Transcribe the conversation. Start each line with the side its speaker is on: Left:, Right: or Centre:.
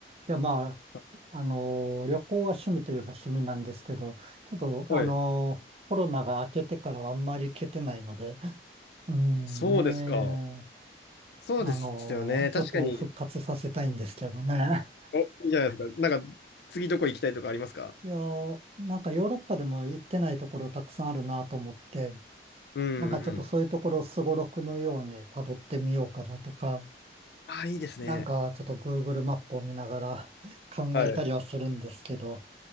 Right: や、ま
Left: あ
Right: あ、あのー旅行は趣味といえば趣味なんですけど、ちょっと、あのーコロナが明けてからはあんまり行けてないので、
Left: はい。
Right: うんね
Left: そうですか。そうですよね。
Right: え、あのーちょっと復活させたいんですけどね。
Left: 確かに。お、いいじゃないですか。なんか、次どこ行きたいとかありますか
Right: <laughs> いやー、なんかヨーロッパでも行ってないところたくさんあるなと思って、
Left: うんうん。
Right: なんかちょっとそういうところをすごろくのように辿ってみようかなとか、
Left: ああ、いいですね。
Right: なんかちょっと Google マップを見ながら <laughs> 考えたりはするんですけど、
Left: はい。